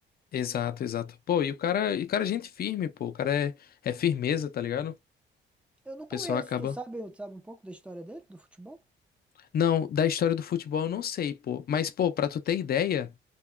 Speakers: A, on the left (about 50°); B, in the centre.
A: Exato, exato. Pô, e o cara, e o cara é gente firme, pô. O cara é, é firmeza, tá ligado? O
B: Eu não conheço,
A: pessoal acaba.
B: tu sabe, tu sabe um pouco da história dele, do futebol?
A: Não, da história do futebol eu não sei, pô. Mas, pô, pra tu ter ideia.